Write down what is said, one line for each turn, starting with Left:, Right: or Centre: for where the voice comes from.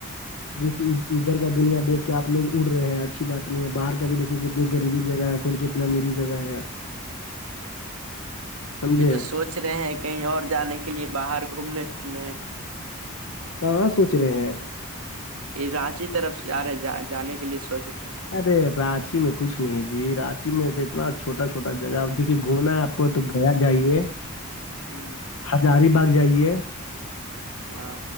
Left: صرف ادھر کا دنیا دیکھ کے آپ لوگ اڑ رہے ہیں اچھی بات نہیں ہے باہر کا بھی دیکھ کتنی غریبی جگہ ہے کون کتنا امیری جگہ ہے سمجھے؟
Right: ابھی تو سوچ رہے ہیں کہیں اور جانے کے لیے باہر گھومنے پھرنے
Left: کہاں سوچ رہے ہیں
Right: یہ رانچی طرف سے جا رہے جانے کے لیے سوچ رہے ہیں
Left: ارے رانچی میں کچھ نہیں ہے جی رانچی میں سے اتنا چھوٹا چھوٹا جگہ دیکھیے گھومنا ہے آپ کو تو گوا جائیے
Right: ہوں
Left: ہزاری باغ جائیے
Right: ہاں